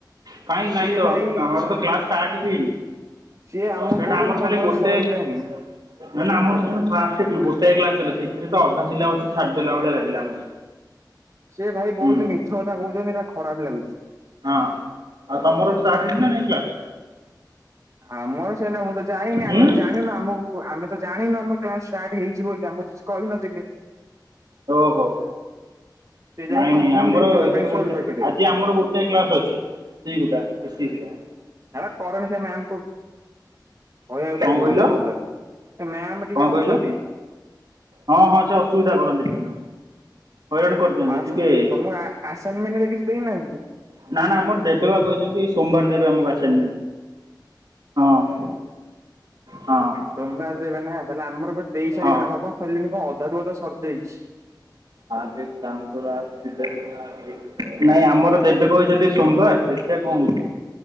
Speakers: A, on the right; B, on the right.
A: କହିଁ ନାଇଁତ
B: ସିଏ ଭାଇ
A: ତାଙ୍କର ତ କ୍ଲାସ ଷ୍ଟାର୍ଟ ବି ହେଇନି।
B: ସିଏ ଆମକୁ
A: ସେଟା
B: କହୁଛନ୍ତି
A: ଆମର
B: ତମର
A: ଖାଲି ଗୋଟେ
B: ସଇଲାଣି।
A: ନା ନା ଆମର ସେଦିନ ଫାଷ୍ଟ ଯାଇଥିଲୁ ଗୋଟାଏ କ୍ଲାସ ହେଲା ସେଇଥିରେ ତ ଅଧା ସିଲାବସ ଛାଡିଦେଲା ଭଳିଆ ଲାଗିଲା ଆମକୁ।
B: ସିଏ ଭାଇ ବହୁତ
A: ହୁଁ
B: ମିଛ କଥା କହୁଛନ୍ତି ହେଟା ଖରାପ ଲାଗୁଛି।
A: ହଁ, ଆଉ ତମର ଷ୍ଟାର୍ଟ ହେଇଚି ନା ନାଇ କ୍ଲାସ?
B: ଆମର ସେଇଟା ମୁଁ ତ ଯାଇନି
A: ହୁଁ
B: ଆମେ ତ ଜାଣିନୁ ଆମକୁ ଆମେ ତ ଜାଣିନୁ ଆମର କ୍ଲାସ ଷ୍ଟାର୍ଟ ହେଇଛି ବୋଲି ଆମକୁ କିଛି କହିନଥିଲେ।
A: ଓହୋ।
B: ସେ ଯାଇ
A: ନାଇଁ
B: କମ୍ପ୍ଲେନ
A: ନାଇଁ ଆମର
B: ଦେଇଛୁ ବା
A: ଏବେ
B: ପ୍ରିନ୍ସିପାଲ
A: ଗୋଟେ,
B: ପାଖରେ
A: ଆଜି ଆମର ଗୋଟେ କ୍ଲାସ ଅଛି ସେଇ ଗୋଟା ଏ ସି ସି ର।
B: ହେରା କରନି ସେ ମ୍ୟାମ କୁ, କହିବାକୁ
A: କଣ
B: ପଡିବଟିକେ
A: କହିଲ
B: ଭଲରେ ସେ ମାମ୍ ଟିକେ
A: କଣ
B: ଅଛନ୍ତି।
A: କହିଲ ହଁ ହଁ ସେ ଅସୁବିଧା କରନ୍ତି ଟିକେ ନାକୁ। ହଇରାଣ କରିଦିଅନ୍ତି
B: ଆସ୍,
A: ଟିକେ
B: ତମକୁ ଆସାଇନମେଣ୍ଟରେ କିଛି ଦେଇନାହାନ୍ତି?
A: ନା ନା ଆମର ଦେବେ ବା କହିଛନ୍ତି। ସୋମବାର ଦେବେ ଆମକୁ ଆସାଇନ ହଁ। ହଁ
B: ସୋମବାର ଦେବେ ନା ତାହେଲେ ଆମର ଦେଇ ସାରିବିନି
A: ହଁ।
B: ଆମର କଣ ଖାଇିଲଣିି କଣ ଅଧାରୁୁ ଅଧା ସରିଯାଇଛି।
A: ଆପ ଏକ କାମ କରୋ, ଅପ୍ ସିଧା ସିଧା ନାଇଁ ଆମର ଦେବେ କହୁଛନ୍ତି ସୋମବାର, ଦେଖିଆ କଣ ହଉଛି?